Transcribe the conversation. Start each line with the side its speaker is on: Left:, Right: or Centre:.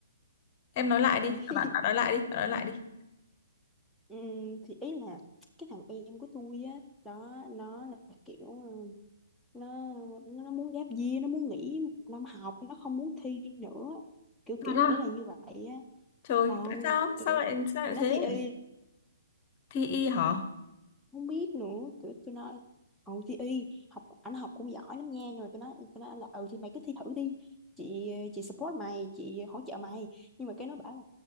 Left: Em nói lại đi,
Centre: <laughs>
Left: à, bạn bạn nói lại đi, bạn nói lại đi.
Centre: Ừ, thì ý là cái thằng em của tôi á đó nó là kiểu ừ, nó nó nó muốn giáp year nó muốn nghỉ một năm học nó không muốn thi nữa kiểu
Left: Thật
Centre: kiểu
Left: à?
Centre: là như vậy á
Left: Trời,
Centre: ờ
Left: tại sao?
Centre: kiểu
Left: Sao lại sao lại
Centre: nó
Left: thế?
Centre: thi y
Left: Thi y hả?
Centre: không biết nữa kiểu tôi nói ừ thì y học ảnh học cũng giỏi lắm nha nhưng mà tôi nói tôi nói là ừ thì mày cứ thi thử đi chị chị support mày chị hỗ trợ mày nhưng mà cái nó bảo là